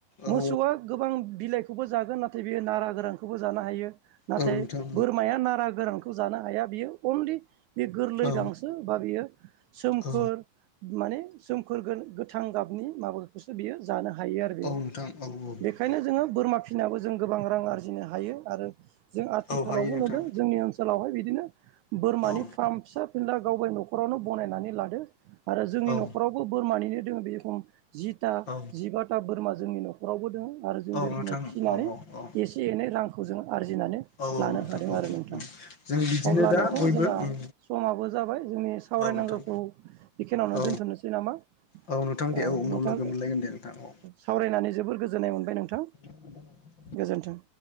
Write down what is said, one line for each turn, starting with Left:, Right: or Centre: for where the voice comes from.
Left: औ
Right: मोसौआ गोबां बिलाइखौबो जागोन नाथाय बेयो नारा गोरां खौबो जानो हायो नाथाय
Left: औ नोंथां
Right: बोरमाया नारा गोरानखौ जानो हाया बियो अनलि बे गोरलै
Left: औ
Right: गांसो बा बियो सोमखोर
Left: औ
Right: माने सोमखोर गोथां गाबनि माबाखौसो बियो जानो हायो आरो बे
Left: औ नोंथां औ औ
Right: बेनिखायनो जोङो बोरमा फिसिनाबो जों गोबां रां आरि -जिनो हायो आरो जों
Left: औ
Right: आगोलावबो
Left: हायो नोंथां
Right: नुदों जोंनि ओनसोलावहाय बिदिनो बोरमानि
Left: औ
Right: फार्म फिसा फिनला गावबाय न'खर न'खरावनो बनायनानै लादो आरो जोंनि
Left: औ
Right: न'खरावबो बोरमानैनो दोङ बेखम जिथा
Left: औ
Right: जिबाथा बोरमा जोंनि न'खरावबो दोङो आरो जों
Left: औ
Right: बे रोखोमनो
Left: नोंथां
Right: फिनानै
Left: औ औ
Right: एसे- एनै रांखौ जों आरजिनानै
Left: औ
Right: लानो
Left: नोंथां
Right: हादों
Left: औ
Right: आरो नोंथां
Left: जों बिदिनो
Right: अब्ला
Left: दा
Right: नोंथां
Left: बयबो
Right: जोंहा
Left: उम
Right: समाबो जाबाय जोंनि सावरायनाय
Left: औ नोंथां
Right: नांगौखौ बेखिनिावनो
Left: औ
Right: दोन्थ'नोसै नामा?
Left: औ नोंथां दे
Right: ओ
Left: औ उनाव
Right: नोंथां
Left: लोगो मोनलायगोन दे नोंथां औ
Right: सावरायनानै जोबोर गोजोननाय मोनबाय नोंथां।
Left: <inaudible>
Right: गोजोन्थों।